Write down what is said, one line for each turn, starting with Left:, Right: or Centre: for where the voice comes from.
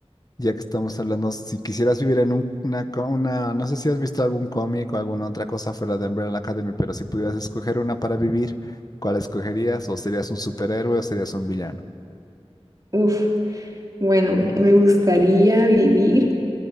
Left: ya que estamos hablando, si quisieras vivir en un- una, co- una, no sé si has visto algún cómic o alguna otra cosa fuera de Umbrella Academy, pero si pudieras escoger una para vivir, ¿cuál escogerías? ¿O serías un superhéroe o serías un villano?
Right: Uf, bueno, me gustaría vivir.